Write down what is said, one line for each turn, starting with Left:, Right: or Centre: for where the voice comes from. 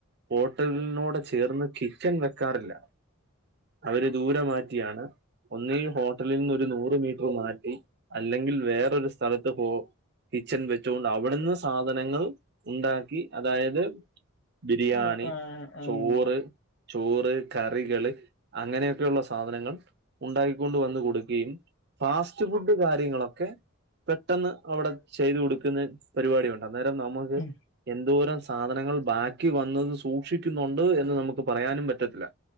Right: ഹോട്ടലിനോടെ ചേർന്ന് കിച്ചൺ വെക്കാറില്ല അവര് ദൂരെ മാറ്റിയാണ് ഒന്ന് ഈ ഹോട്ടലിൽ നിന്ന് ഒരു നൂറ് മീറ്റർ മാറ്റി അല്ലെങ്കിൽ വേറൊരു സ്ഥലത്ത് പോ കിച്ചൻ വെച്ചൊണ്ട് അവിടുന്ന് സാധനങ്ങൾ ഉണ്ടാക്കി അതായത് ബിരിയാണി
Left: ആഹ് ആഹ് ആഹ്
Right: ചോറ് ചോറ് കറികള് അങ്ങനെയൊക്കെയുള്ള സാധനങ്ങൾ ഉണ്ടാക്കിക്കൊണ്ട് വന്ന് കൊടുക്കുകയും ഫാസ്റ്റ് ഫുഡ് കാര്യങ്ങളൊക്കെ പെട്ടെന്ന് അവിടെ ചെയ്തു കൊടുക്കുന്ന പരിപാടിയുണ്ട് അന്നേരം നമുക്ക്
Left: ഉം
Right: എന്തോരം സാധനങ്ങൾ ബാക്കി വന്നത് സൂക്ഷിക്കുന്നുണ്ട് എന്ന് നമുക്ക് പറയാനും പറ്റത്തില്ല